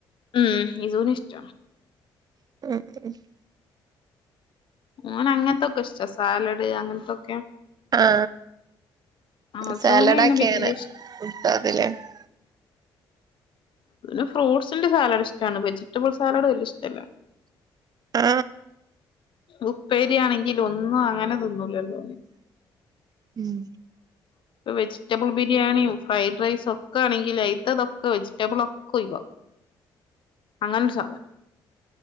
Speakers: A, on the left; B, on the right.
A: ഉം ഇസുന് ഇഷ്ട.
B: <inaudible>
A: ഓന്, അങ്ങനത്തൊക്കെ ഇഷ്ട സാലഡ് അങ്ങനത്തൊക്കെ.
B: ആ
A: അസൂന്
B: സാലഡ്
A: പിന്നെ
B: ആക്കിനെ
A: വല്യ ഇഷ്
B: കെടുതിലെ. <unintelligible>
A: അ ഫ്രൂട്ട്സിന്റെ സാലാഡ് ഇഷ്ടാണ് വെജിറ്റബിൾ സാലാഡ് വല്യ ഇഷ്ടല്ല.
B: ആ
A: ഉപ്പേരിയാണെങ്കിൽ ഒന്നും അങ്ങനെ തിന്നൂല ലോ.
B: ഉം
A: <inaudible> ഇപ്പ വെജിറ്റബിൾ ബിരിയാണിയും ഫ്രൈഡ് റൈസും ഒക്കെ ആണെങ്കിൽ അയിത്തതൊക്കെ വെജിറ്റബിൾ ഒക്കെ ഒയിവാക്കും. അങ്ങനരു സാധന